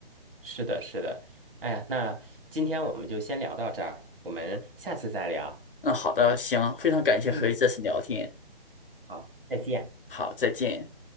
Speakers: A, on the right; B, on the left.
A: 是的，是的。哎呀，那今天我们就先聊到这儿，我们下次再聊。
B: 嗯，好的，行，非常感谢和你这次聊天，
A: 嗯，好，再见。
B: 好，再见。